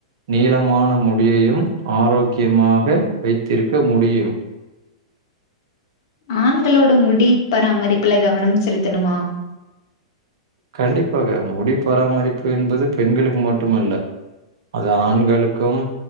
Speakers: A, on the right; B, on the left.
A: நீளமான முடியையும் ஆரோக்கியமாக வைத்திருக்க முடியும்
B: ஆண்களோட முடி பராமரிப்புல கவனம் செலுத்தணுமா
A: கண்டிப்பாக முடி போராமாரி என்பது பெண்களுக்கு மட்டுமல்ல அது ஆண்களுக்கும்